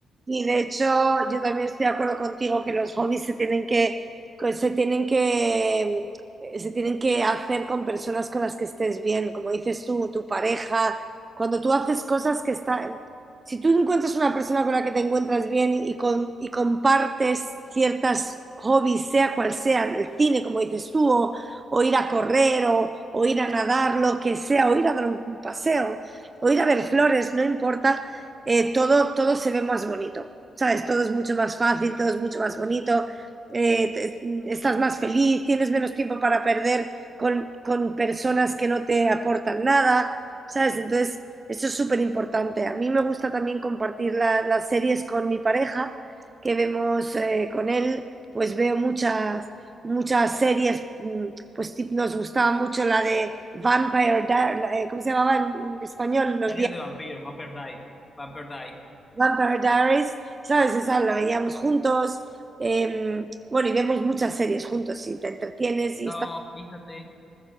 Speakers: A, on the right (about 30°); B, on the left (about 25°).
A: Y de hecho, yo también estoy de acuerdo contigo que los hobbies se tienen que, que se tienen que, eh, se tienen que hacer con personas con las que estés bien, como dices tú, tu pareja. Cuando tú haces cosas que están, si tú encuentras una persona con la que te encuentras bien y, con, y compartes ciertas hobbies, sea cual sea, el cine, como dices tú, o, o ir a correr, o, o ir a nadar, lo que sea, o ir a dar un paseo, o ir a ver flores, no importa eh, todo, todo se ve más bonito, ¿sabes? Todo es mucho más fácil, todo es mucho más bonito, eh, te- estás más feliz, tienes menos tiempo para perder con, con personas que no te aportan nada, ¿sabes? Entonces, eso es súper importante. A mí me gusta también compartir la- las series con mi pareja, que vemos eh, con él, pues veo muchas... Muchas series, mm, pues tip- nos gustaba mucho la de Vampire, Di- la- eh, ¿cómo se llamaba en en español? Los
B: Diarios de vampiro, Vampire Die, Vampire Die.
A: Vampire Diaries, ¿sabes? Esa la veíamos juntos. eh, bueno, y vemos muchas series juntos y te entretienes y
B: No,
A: está
B: fíjate.